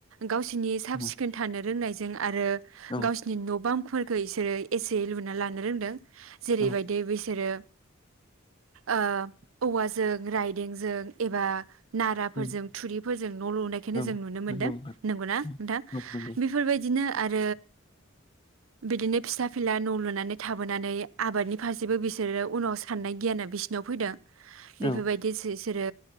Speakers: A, on the right (about 80°); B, on the left (about 25°).
A: गावसिनि साब
B: उम
A: सिखोन थानो रोंनाय जों आरो
B: औ
A: गावसिनि न' बां फोरखौ इसोरो एसे लुना लानो रोंदों। जेरैबायदि
B: औ
A: बिसोरो ओ औवाजों राइदेंजों एबा नाराफोरजों
B: उम
A: थुरिफोरजों न' लुनायखौनो
B: औ
A: जों नुनो मोनदों
B: नंगौ नोंथां
A: नंगौना
B: उम
A: नोंथां
B: औ नंगौ
A: बेफोरबायदिनो आरो बिदिनो फिसा फिला न' लुनानै थाबोनानै आबादनि फारसेबो बिसोरो उनाव साननाय गियाना बिसिनाव फैदों। बेफोरबायदि
B: औ
A: जिस सोरो